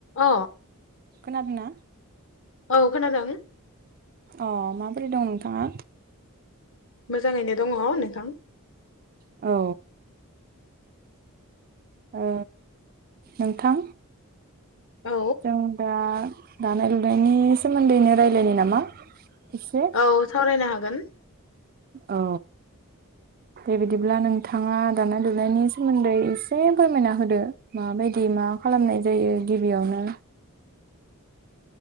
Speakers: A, on the left; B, on the right.
A: अ
B: खोनादोंना?
A: औ खोनादों।
B: अ माबोरै दं नोंथाङा?
A: मोजाङैनो दङ नोंथां।
B: औ। ओ नोंथां
A: औ
B: जों दा दानाय लुनायनि सो सोमोन्दैनो रायलायनि नामा? एसे
A: औ सावरायनो हा गोन
B: औ बेबायदिब्ला नोंथाङा दानाय-लुनायनि सोमोन्दै एसे फोरमायना होदो माबायदि मा खालामनाय जायो गिबियावनो